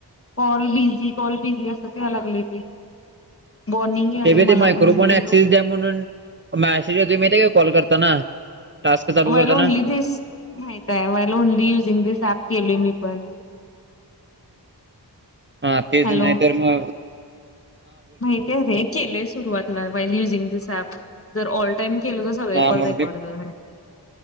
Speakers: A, on the left; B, on the right.
A: कॉल बिझी कॉल बिझी असच यायला लागले ते वॉर्निंग यायलंय
B: ते
A: मला
B: ते मायक्रोफोन
A: पण म्हणलो
B: ऍक्सिस द्या म्हणून मॅसेज होते माहि का कॉल करताना. टास्क चालू
A: वयल
B: करताना
A: ओनली स माहित आहे while only using this app केलय मी पण.
B: हा तेच
A: हॅलो
B: नाही तर म
A: माहिती आहे रे केलय सुरुवातला युजिंग दिस ॲप जर ऑल टाइम केलं तर सगळे
B: हा
A: कॉल
B: मग
A: रेकॉर्ड
B: मी
A: कर म्हणतात.